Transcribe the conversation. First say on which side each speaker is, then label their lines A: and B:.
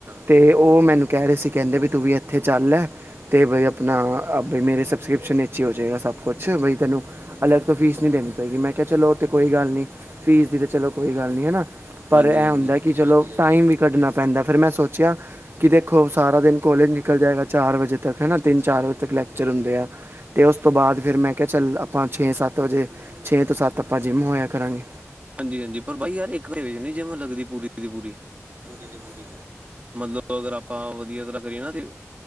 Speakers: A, on the right; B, on the right.
A: ਤੇ ਉਹ ਮੈਨੂੰ ਕਹਿ ਰਹੇ ਸੀ ਕਹਿੰਦੇ ਵੀ ਤੂੰ ਵੀ ਇੱਥੇ ਚੱਲ ਐ। ਤੇ ਬਈ ਆਪਨਾ ਆਪੇ ਮੇਰੇ ਸਬਸਕ੍ਰਿਪਸ਼ਨ ਵਿਚ ਈ ਹੋ ਜਾਏਗਾ ਸਬ ਕੁਛ ਬਈ ਤੈਨੂੰ ਅਲੱਗ ਤੋਂ ਫੀਸ ਨੀ ਦੇਨੀ ਪਏਗੀ ਮੈਂ ਕਿਆ ਚਲੋ ਓ ਤੇ ਕੋਈ ਗੱਲ ਨੀ, ਫੀਸ ਦੀ ਤਾਂ ਚਲੋ ਕੋਈ ਗੱਲ ਨੀ ਹਨਾ। ਪਰ
B: ਹਾਂਜੀ-ਹਾਂਜੀ,
A: ਐਂ ਹੁੰਦਾ ਕੀ ਚਲੋ ਟਾਈਮ ਵੀ ਕੱਢਨਾ ਪੈਂਦਾ ਫਿਰ ਮੈਂ ਸੋਚੇਆ ਕੇ ਦੇਖੋ ਸਾਰਾ ਦਿਨ ਕੋਲਜ ਨਿਕਲ ਜਾਏਗਾ ਚਾਰ ਵਜੇ ਤੱਕ ਹਨਾ ਤਿੰਨ-ਚਾਰ ਵਜੇ ਤੱਕ ਲੈਕਚਰ ਹੁੰਦੇ ਆ। ਤੇ ਉਸ ਤੋਂ ਬਾਦ ਫੇਰ ਮੈਂ ਕਿਆ ਚੱਲ ਆਪਾਂ ਛੇ-ਸੱਤ ਵਜੇ ਛੇ ਤੋਂ ਸੱਤ ਆਪਾਂ ਜਿੰਮ ਹੋਏਆ ਕਰਾਂਗੇ।
B: ਹਾਂਜੀ-ਹਾਂਜੀ ਪਰ ਬਾਈ ਯਾਰ ਇੱਕ <unintelligible> ਨੀ ਜਿੰਮ ਲੱਗਦੀ ਪੂਰੀ ਦੀ ਪੂਰੀ।
A: ਨਿਫਟੀ
B: ਮਤਲਬ ਅਗਰ ਆਪਾਂ ਵਦੀਆ ਤਰਾਂ ਕਰੀਏ ਨਾ ਤੇ,